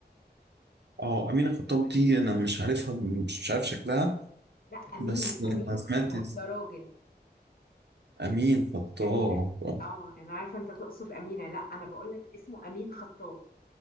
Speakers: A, on the right; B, on the left.
A: اه أمينة خطاب دي أنا مش عارفها مش مش عارف شكلها
B: لا أمين
A: بس أنا
B: أمين
A: سمعت
B: خطاب
A: اسم-
B: ده راجل
A: أمين خطاب
B: أمينة
A: آه.
B: اه أنا عارفة أنت تقصد أمينة لا أنا بقول لك اسمه أمين خطاب